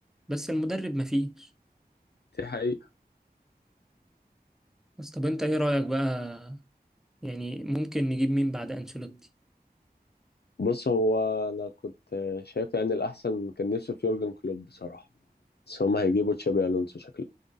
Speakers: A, in the centre; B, on the left.
A: بس المدرب مفيش
B: دي حقيقة
A: بس طب انت ايه رأيك بقى يعني ممكن نجيب مين بعد انشيلوتي
B: بص هو أنا كنت شايف يعني الأحسن كان نفسي في يورجن كلوب بصراحة بس هما هيجيبوا تشابي ألونسو شكله